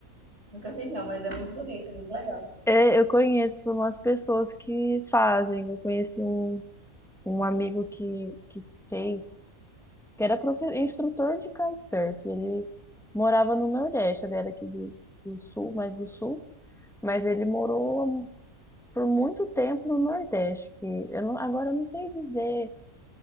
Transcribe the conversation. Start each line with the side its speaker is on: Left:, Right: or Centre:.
Right: nunca fiz, não, mas é muito bonito, muito legal.
Centre: É, eu conheço umas pessoas que fazem. Eu conheci um, um amigo que, que fez. que era profe- instrutor de kitesurf. Ele morava no Nordeste, ele era aqui do, do Sul, mais do Sul, mas ele morou por muito tempo no Nordeste, que eu não, agora eu não sei dizer